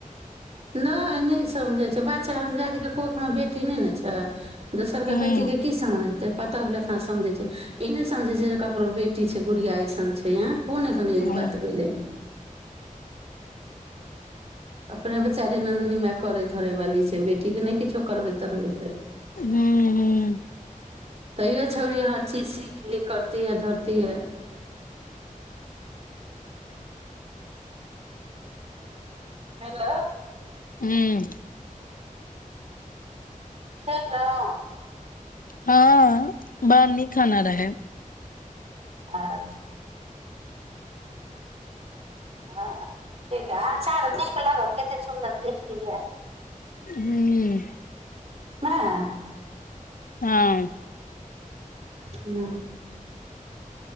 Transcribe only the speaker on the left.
हूं
हूं
हूं हूं
हूं
हँ बड़ा नीक खाना रहय
हूं
हँ